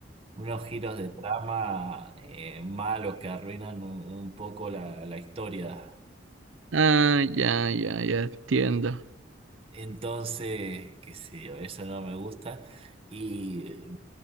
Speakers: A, on the right; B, on the right.
A: unos giros de trama eh, malos que arruinan un, un poco la, la historia.
B: Ah, ya, ya, ya entiendo.
A: Entonces, qué sé yo, eso no me gusta. Y